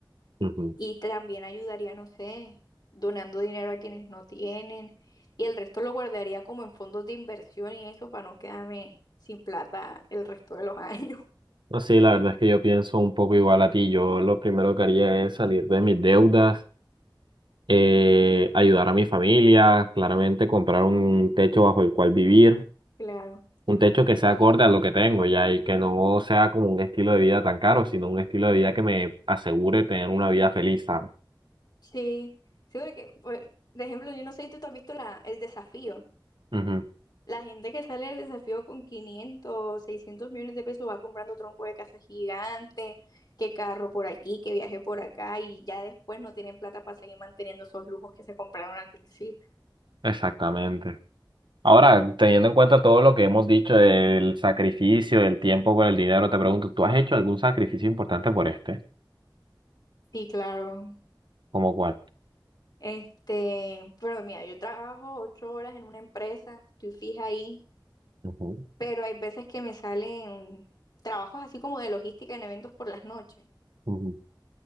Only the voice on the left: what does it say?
y también ayudaría, no sé, donando dinero a quienes no tienen y el resto lo guardaría como en fondos de inversión y eso para no quedarme sin plata el resto de los <laughs> años.
Claro.
Sí, sí, porque, pues, de ejemplo, yo no sé si tú te has visto la, el desafío.
La gente que sale del desafío con 500, 600 millones de pesos va comprando tronco de casa gigante, que carro por aquí, que viaje por acá y ya después no tienen plata para seguir manteniendo esos lujos que se compraron al principio.
Sí, claro.
Este, pero mira, yo trabajo ocho horas en una empresa, estoy fija ahí,
pero hay veces que me salen trabajos así como de logística en eventos por las noches.